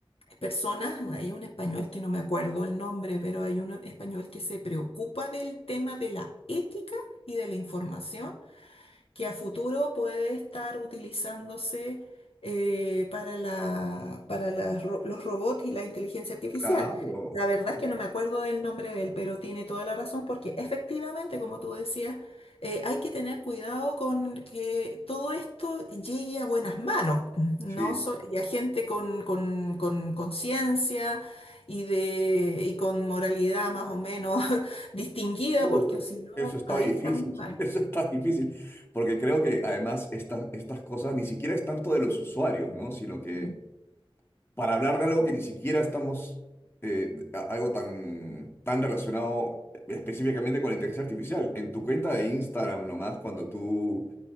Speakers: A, on the left; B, on the left.
A: personas, hay un español que no me acuerdo el nombre, pero hay un español que se preocupa del tema de la ética y de la información que a futuro puede estar utilizándose eh, para la, para las ro- los robots y la inteligencia artificial.
B: claro.
A: La verdad
B: claro.
A: es que no me acuerdo del nombre de él, pero tiene toda la razón porque efectivamente, como tú decías, eh, hay que tener cuidado con que todo esto llegue a buenas manos,
B: Sí,
A: ¿no? So- y a gente con, con, con conciencia y, de, y con moralidad más o menos <laughs> distinguida,
B: Uh,
A: porque o si no,
B: eso está
A: ahí
B: difícil,
A: estamos mal.
B: <laughs> eso está difícil, porque creo que además estas estas cosas ni siquiera es tanto de los usuarios, ¿no? Sino que
A: Mm,
B: para hablar de algo que ni siquiera estamos, eh, a- algo tan, tan relacionado específicamente con la inteligencia artificial, en tu cuenta de Instagram nomás, cuando tú